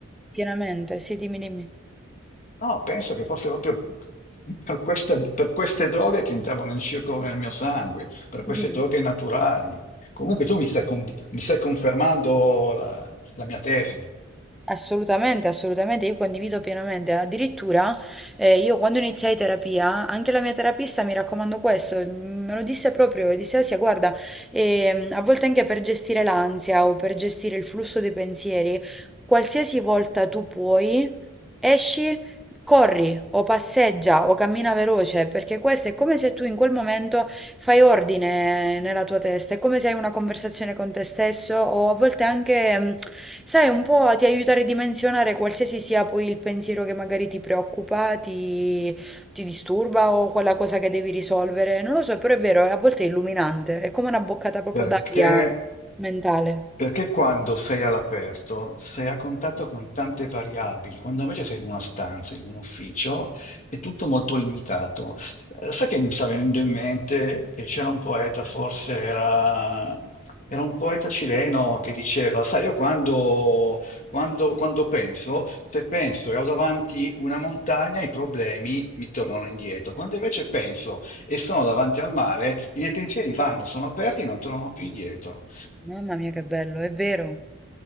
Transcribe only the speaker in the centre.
pienamente. Sì, dimmi, dimmi.
Mhm.
Sì.
Assolutamente, assolutamente, io condivido pienamente. Addirittura, eh, io quando iniziai terapia, anche la mia terapista mi raccomandò questo, mm, me lo disse proprio, disse Asia, guarda, ehm, a volte anche per gestire l'ansia o per gestire il flusso dei pensieri, qualsiasi volta tu puoi, esci corri o passeggia o cammina veloce, perché questo è come se tu in quel momento fai ordine nella tua testa, è come se hai una conversazione con te stesso o a volte anche, mh, sai, un po' ti aiuta a ridimensionare qualsiasi sia poi il pensiero che magari ti preoccupa, ti, ti disturba o quella cosa che devi risolvere. Non lo so, però è vero, a volte è illuminante, è come una boccata proprio
d'aria mentale.
Mamma mia, che bello, è vero,